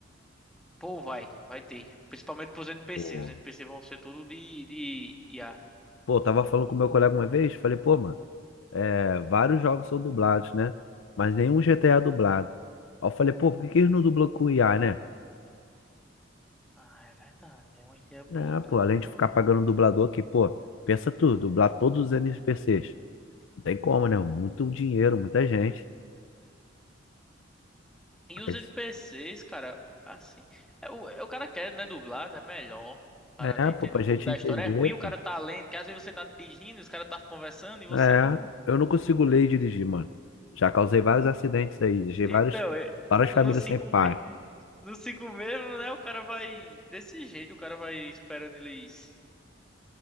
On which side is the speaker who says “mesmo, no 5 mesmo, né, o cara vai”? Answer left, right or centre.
Centre